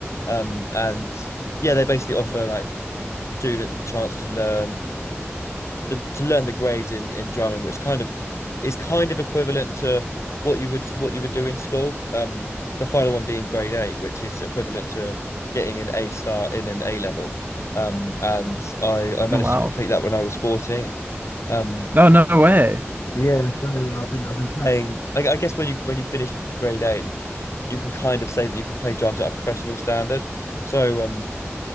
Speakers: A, on the left; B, on the right.
A: Um, and yeah, they basically offer like students the chance to learn the, to learn the grades in in drumming, which kind of is kind of equivalent to what you would what you would do in school. Um, the final one being grade eight, which is equivalent to getting an A star in an A level. Um, and I I managed
B: Oh wow.
A: to complete that when I was 14. Um,
B: No, no way.
A: Yeah, I've been, I've been playing. I, I guess when you when you finish grade eight, you can kind of say that you can play drums at a professional standard. So um,